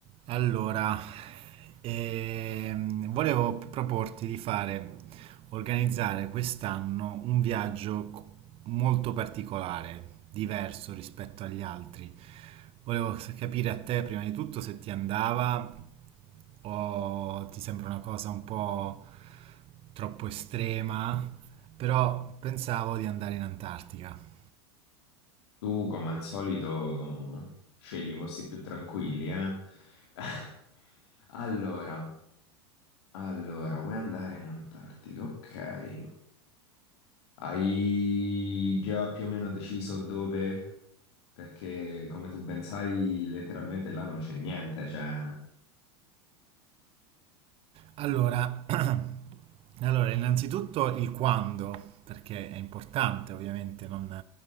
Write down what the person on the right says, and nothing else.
Allora, ehm, volevo proporti di fare, organizzare quest'anno un viaggio co- molto particolare, diverso rispetto agli altri. Volevo s- capire a te prima di tutto se ti andava o ti sembra una cosa un po' troppo estrema, però pensavo di andare in Antartica.
Allora, <clears throat> allora, innanzitutto il quando, perché è importante ovviamente, non,